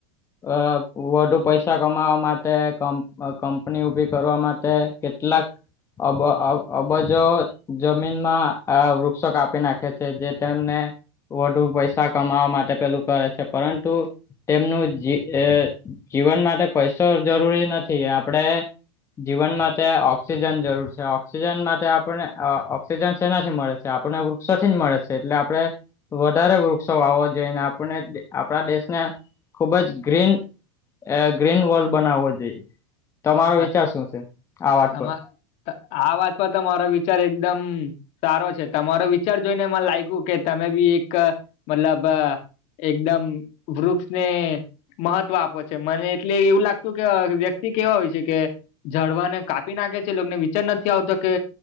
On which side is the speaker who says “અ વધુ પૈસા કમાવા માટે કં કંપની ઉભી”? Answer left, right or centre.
Left